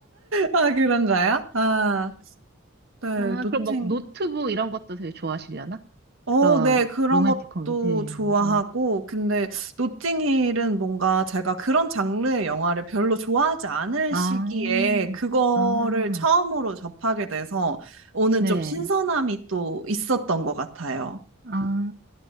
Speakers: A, on the right; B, on the right.
A: 아, 그런가요? 아, 네,
B: 아,
A: 노팅.
B: 그럼 뭐 노트북 이런 것도 되게 좋아하시려나?
A: 어,
B: 그런
A: 네, 그런
B: 로맨틱
A: 것도
B: 코미디. 네,
A: 좋아하고,
B: 네.
A: 근데 노팅힐은 뭔가 제가 그런 장르의 영화를 별로 좋아하지 않을
B: 아,
A: 시기에 그거를
B: 아,
A: 처음으로 접하게 돼서 오는
B: 네.
A: 좀 신선함이 또 있었던 것 같아요.
B: 아,